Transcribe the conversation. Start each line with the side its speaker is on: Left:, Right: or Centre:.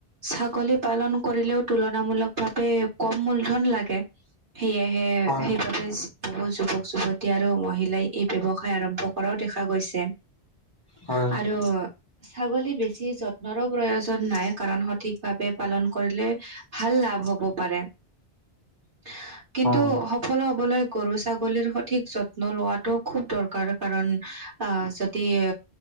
Right: ছাগলী পালন কৰিলেও তুলনামূলক ভাৱে কম মূলধন লাগে। সেয়েহে
Left: হয়
Right: সে সেইবাবে ইস্ বহু যুৱক যুৱতী আৰু মহিলাই এই ব্যৱসায় আৰম্ভ কৰাও দেখা গৈছে। এ এ এ আ আ
Left: হয়
Right: আ আৰু ছাগলী বেছি যত্নৰো প্ৰয়োজন নাই কাৰণ সঠিক ভাৱে পালন কৰিলে হে হে। আহ ভাল লাভ হব পাৰে এ এ এ আ। কিন্তু
Left: হয়
Right: সফল হ'বলৈ গৰু-ছাগলীৰ সঠিক যত্ন লোৱাটো খুব দৰকাৰ কাৰণ হা হা বা আহ যদি এ